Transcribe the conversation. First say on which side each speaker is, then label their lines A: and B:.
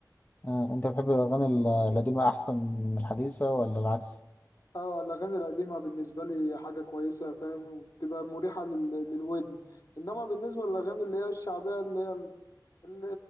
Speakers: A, on the left (about 30°); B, on the left (about 55°).
A: آه أنت بتحب الأغاني ال- القديمة أحسن من الحديثة ولا العكس؟
B: اه الأغاني القديمة بالنسبة لي حاجة كويسة فاهم وبتبقى مريحة لل... للودن إنما بالنسبة للأغاني اللي هي الشعبية اللي هي ال- ال-